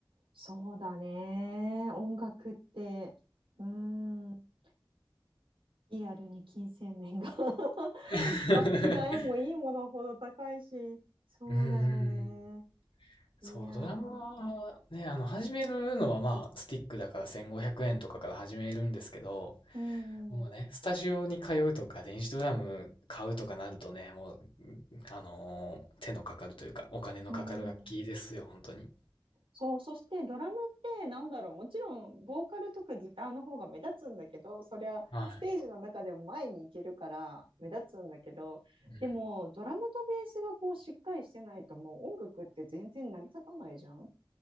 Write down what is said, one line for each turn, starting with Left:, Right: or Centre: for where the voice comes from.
Right: そうだね。音楽って、うーん、リアルに金銭面が <laughs>
Left: <laughs>
Right: 楽器代もいいものほど高いし、そうだよね。
Left: うーん。
Right: いやー、
Left: そう、ドラムはね、あの、始めるのはまあ、スティックだから1500円とかから始めるんですけど、
Right: うん、
Left: もうね、スタジオに通うとか、電子ドラム買うとかなるとね、もう、あのー手のかかるというか、お金のかかる楽器ですよ、
Right: うん。
Left: 本当に。
Right: そう、そしてドラムってなんだろう、もちろんボーカルとかギターの方が目立つんだけど、そりゃステージの中でも前に行けるから目立つんだけど、
Left: はい。うん、
Right: でもドラムとベースがこうしっかりしてないともう音楽って全然成り立たないじゃん。